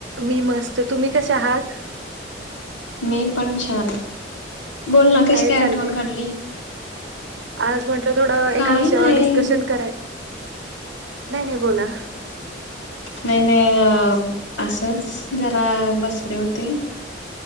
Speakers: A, on the right; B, on the left.
A: मी मस्त तुम्ही कसे आहात
B: मी पण छान बोलना
A: काय
B: काशिकाय
A: चाललंय
B: आठवण काढली
A: आज म्हंटलं थोडं
B: काय
A: एका विषयावर
B: नाही
A: डिस्कशन कराय नाही नाही बोला
B: नाही नाही अ असच जरा बसले होते